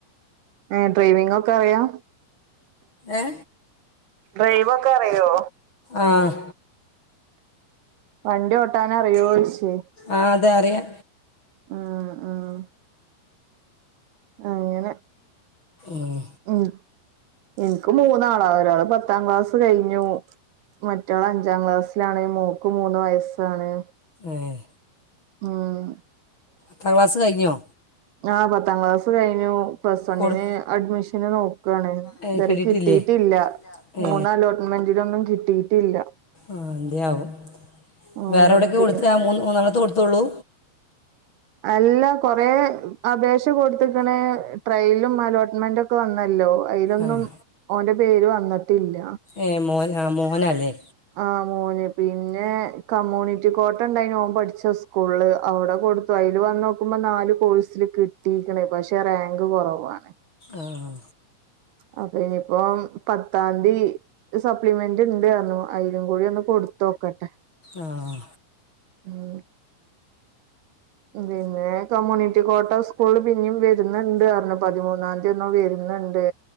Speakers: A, on the right; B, on the left.
A: ഏഹ് പോയി നിങ്ങക്ക് അറിയാ
B: ഏ
A: ഡ്രൈവൊക്കെ അറിയോ.
B: ആഹ്
A: വണ്ടി ഓട്ടാൻ അറിയോയ്ച്ച്
B: ആഹ് അതെ അറിയാ
A: ഉം ഉം അങ്ങനെ
B: മ്മ്
A: മ്മ് എനിക്ക് മൂന്നാള ഒരാള് പത്താം ക്ലാസ്സ് കഴിഞ്ഞു. മറ്റവൾ അഞ്ചാം ക്ലാസ്സിലാണ് മോക്ക് മൂന്ന് വയസ്സാണ്.
B: ഏഹ്
A: ഉം
B: ത്താം ക്ലാസ്സ്‌ കയിഞ്ഞോ
A: ആഹ് പത്താം ക്ലാസ് കഴിഞ്ഞു പ്ലസ് വണ്ണിന്
B: കൊടു
A: അഡ്മിഷന് നോക്കുവാണ് ഇതുവരെ
B: ഏ കിട്ടിയിട്ടില്ലേ
A: കിട്ടിട്ടില്ല
B: ഏ
A: മൂന്ന് അലോട്മെന്റിലൊന്നും കിട്ടിട്ടില്ല.
B: ആഹ് എന്തിയാവോ
A: ഉം
B: വേറെവുടെക്കെ
A: പിന്നെ
B: കൊടുത്ത ആ മു മൂന്നണ്ണത്ത് കൊടുത്തുള്ളൂ.
A: അല്ല കൊറെ അപേഷ കൊടുത്ത്ക്ണ് ട്രെയിലും അലോട്ട് മെന്റക്കെ വന്നല്ലോ അതിലൊന്നും
B: ആ
A: ഓന്റെ പേര് വന്നിട്ടില്ല.
B: ഏഹ് മോൻ ആഹ് മോനല്ലേ
A: ആഹ് മോന് പിന്നെ കമ്മ്യൂണിറ്റി കോട്ടണ്ടായിനു ഓൻ പഠിച്ച സ്കൂളില് അവടെ കൊടുത്തു അയില് വന്നോക്കുമ്പോ നാല് കോഴ്സില് കിട് ട്ടീക്ക്ണ് പഷെ റാങ്ക് കൊറവാണ്.
B: ആഹ്
A: അപ്പോ ഇനീപ്പോം പത്താം തി. ഇത് സപ്ലിമെന്റ്ണ്ട ആന്നോ അയിലും കൂടിഒന്ന് കൊടുത്തോക്കട്ടെ.
B: ആഹ്
A: ഉം പിന്നെ കമ്മ്യൂണിറ്റി കോട്ട സ്കൂള് പിന്നിം വരുന്നുണ്ട് അന്ന് പതിമൂന്നന്തി ഇന്നും വെരുന്നുണ്ട്